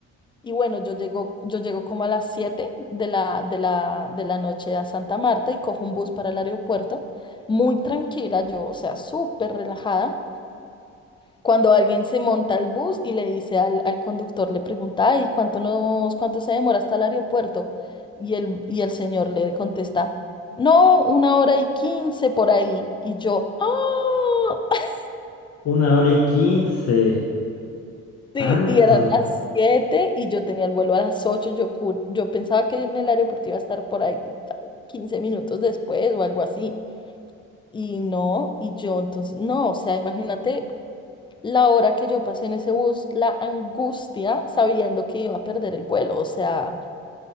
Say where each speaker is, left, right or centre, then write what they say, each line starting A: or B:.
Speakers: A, on the left; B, on the left.
A: Y bueno, yo llego, yo llego como a las 7 de la, de la, de la noche a Santa Marta y cojo un bus para el aeropuerto, muy tranquila, yo, o sea, súper relajada. Cuando alguien se monta al bus y le dice al, al conductor, le pregunta, ay, ¿cuánto nos, cuánto se demora hasta el aeropuerto? Y el, y el señor le contesta, no, una hora y quince por ahí. Y yo, ah, <laughs>
B: Una hora y quince.
A: Sí,
B: Tanto.
A: y eran las siete y yo tenía el vuelo a las ocho Yo, ju- yo pensaba que en el aeropuerto iba a estar por ahí 15 minutos después o algo así. Y no, y yo entonces, no, o sea, imagínate la hora que yo pasé en ese bus, la angustia sabiendo que iba a perder el vuelo, o sea,